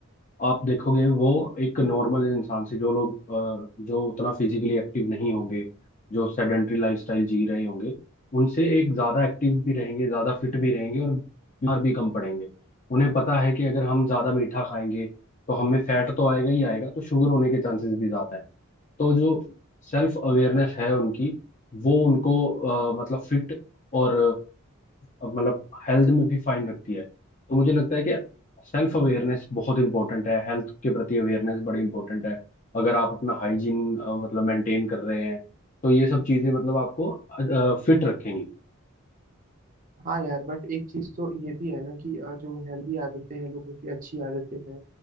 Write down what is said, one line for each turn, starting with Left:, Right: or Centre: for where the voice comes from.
Left: आप देखोगे वो एक नॉर्मल इंसान से जो लोग अ, जो उतना फिजिकली एक्टिव नहीं होंगे जो सेडेंट्री लाइफस्टाइल जी रहे होंगे उनसे एक ज्यादा एक्टिव भी रहेंगे ज्यादा फिट भी रहेंगे और बीमार भी कम पड़ेंगे उन्हें पता है कि अगर हम ज्यादा मीठा खाएंगे तो हमें फैट तो आएगा ही आएगा तो शुगर होने के चांसेस भी ज्यादा है तो जो सेल्फ अवेयरनेस है उनकी वो उनको अ, मतलब फिट और अ, मतलब हेल्थ में भी फाइन रखती है तो मुझे लगता है कि सेल्फ अवेयरनेस बहुत इंपॉर्टेंट है हेल्थ के प्रति अवेयरनेस बड़ी इंपॉर्टेंट है अगर आप अपना हाइजीन मतलब मेंटेन कर रहे हैं तो ये सब चीजें मतलब आपको फिट रखेंगी
Right: हाँ यार बट एक चीज तो ये भी है ना कि अ, जो हेल्दी आदतें हैं लोगों की अच्छी आदतें हैं